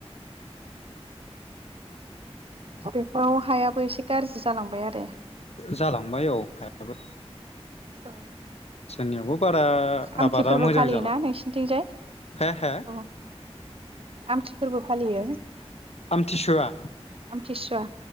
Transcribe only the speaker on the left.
जालांबाय औ हायाबो
जोंनियावबो बारा
आबादा
मोजां
जाला
हे हे।
आमथिसुवा